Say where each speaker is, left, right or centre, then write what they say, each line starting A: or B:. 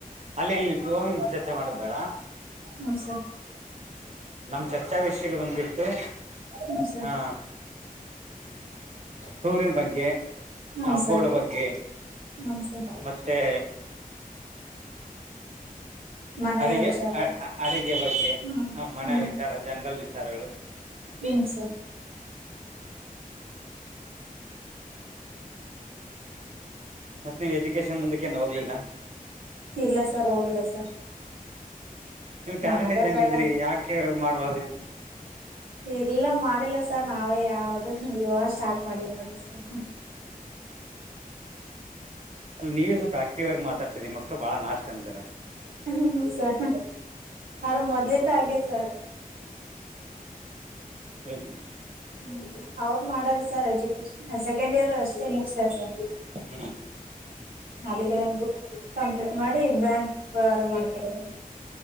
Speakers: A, on the right; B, on the right.
A: ಅಲ್ಲಿ ಇಲ್ಲಿ ಓಂ ಚರ್ಚೆ ಮಾಡದ್ ಬೇಡ
B: ಹ್ಞೂ ಸರ್
A: ನಮ್ ಚರ್ಚಾ ವಿಷಯಗಳು ಬಿಟ್ಟು
B: ಹ್ಮ್ ಸರ್
A: ಹಾ ಟೂರಿನ್ ಬಗ್ಗೆ
B: ಹ್ಮ್
A: ಹಬ್ಬಗಳ
B: ಸರ್
A: ಬಗ್ಗೆ
B: ಹ್ಮ್ ಸರ್
A: ಮತ್ತೆ?
B: ಮನೆ
A: ಅಡಿಗೆ
B: ವಿಚಾರ
A: ಅ ಅ ಅಡಿಗೆ ಬಗ್ಗೆ.
B: ಹ್ಮ್
A: ಆ ಮನೆಯ
B: ಹ್ಮ್
A: ವಿಚಾರ ಜನರಲ್ ವಿಚಾರಗಳು. ಹ ತಿ
B: ಹ್ಮ್
A: <inaudible>
B: ಸರ್
A: ಮತ್ತೆ ನೀವು ಎಜುಕೇಶನ್ ಮುಂದಕ್ಕೆೇನು ಹೋಗ್ಲಿಲ್ಲ
B: ಇಲ್ಲ ಸರ್ ಹೋಗಿಲ್ಲ ಸರ್
A: ನೀವು ಟ್ಯಾಲೆಂಟ್
B: ಮನೇಲ್ಲೇ
A: ಇದ್ದಂಗ
B: ಬೇಡ
A: ಇದ್ರಿ? ಯಾಕೆ ಮಾಡ್ಬಾರ್ದಿತ್ತು.
B: ಇಲ್ಲ ಮಾಡಿಲ್ಲ ಸರ್ ನಾವೇ ಯಾವ್ದ ಇವಾಗ ಸ್ಟಾರ್ಟ್ ಮಾಡಿವಿ ನೋಡ್ರಿ ಸರ್
A: ಅಲ್ಲ ನೀವೇ ಸ್ವಲ್ಪ ಆಕ್ಟಿವ್ ಆಗಿ ಮಾತಾಡ್ತೀರಿ ನಿಮ್ ಮಕ್ಕಳ ಬಾಳ ನಾಚ್ಕಂತರೆ.
B: ಹ್ಮ್ ಹ್ಮ ಸರ್ ಅವರು ಮೊದ್ಲಿಂದ ಹಾಗೆ ಸರ್.
A: ಹ್ಮ್
B: ಹ್ಮ್ ಅವರು ಮಾಡಾರ ಸರ್ ಎಜುಕೇಶನ್ ಸೆಕೆಂಡ್ ಇಯರ್ ಅಷ್ಟೇ ಮುಗಿಸರ್ ಸರ್.
A: ಹ್ಮ್
B: ಅಲ್ಲಿಗೆ ಕಂಪ್ಲೀಟ್ ಮಾಡಿ ಬ್ಯಾಂಕ್ ವ್ಯವಹಾರ ಮಾಡ್ತಾರೆ ಅವರು.